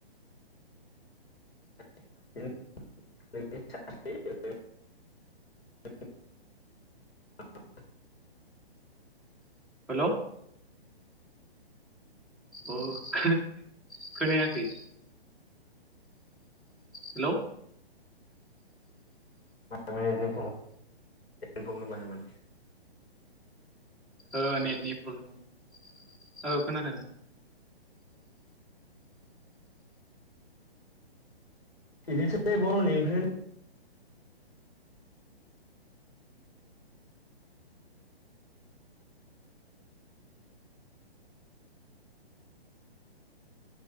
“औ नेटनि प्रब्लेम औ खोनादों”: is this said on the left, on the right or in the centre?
Centre